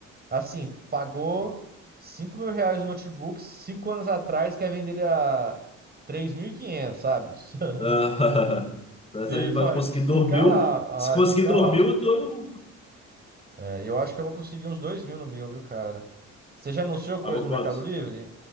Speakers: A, on the right; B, on the left.
A: assim, pagou cinco mil reais no notebook cinco anos atrás, quer vender ele a 3.500, sabe? <laughs>
B: Ah, <laughs> Você
A: E
B: vai
A: fa-
B: conseguir
A: fica
B: dormir.
A: lá,
B: Se conseguir
A: ah, fica
B: dormir,
A: lá.
B: eu durmo.
A: É, eu acho que eu vou conseguir uns dois mil no meu, viu, cara? Você já anunciou coisa
B: Pagou
A: no
B: quanto?
A: Mercado Livre?